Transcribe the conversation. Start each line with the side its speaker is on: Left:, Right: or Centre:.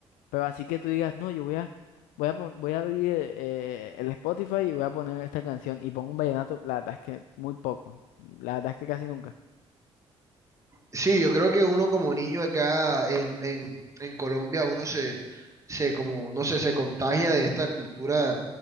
Left: Pero así que tú digas, no, yo voy a, voy a, pon- voy a abrir eh, el Spotify y voy a poner esta canción y pongo un vallenato, la verdad es que muy poco, la verdad es que casi nunca. <laughs>
Right: Sí, yo creo que uno como niño acá en, en, en Colombia, uno se, se como, no sé, se contagia de esta cultura